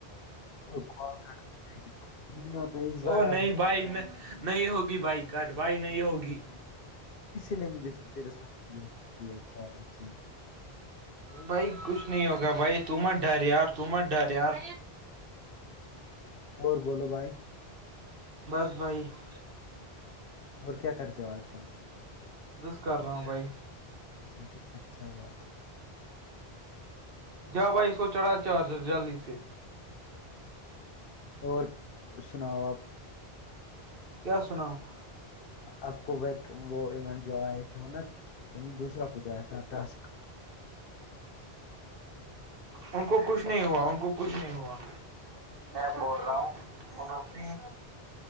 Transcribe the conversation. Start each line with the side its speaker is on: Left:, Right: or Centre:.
Left: اور کال کریں گے تو نہیں آتا
Right: وہ
Left: ضائع ہو
Right: نہیں بائی نہیں ہوگی بائی کاٹ بھائی نہیں ہوگی
Left: اسی لیے مجھے پھر تیرے ساتتی ہےچی
Right: بھائی کچھ نہیں ہوگا بھائی تمہت ڈر یار تمہت ڈر یار
Left: اورور بولو بھائی
Right: بس بھائی <unintelligible>
Left: اور کیا کرتے ہو آج کل
Right: گص کر رہ ہوں بھائی
Left: اچا ٹھ اچھا بات ہے
Right: جا بھائی اس کو چڑھا چارجر جلدی سے
Left: چا اور سناؤ آپ
Right: کیا سناؤ <unintelligible>
Left: آپ کو ب وہ ایونٹ جو آئے تھے نا جو نا دوسرا کچھ آیا تھا ٹاسک
Right: ان کو کچھ کچھ نہیں ہوا ان کو کچھ نہیں ہوا میں بول رہا ہوں ان نے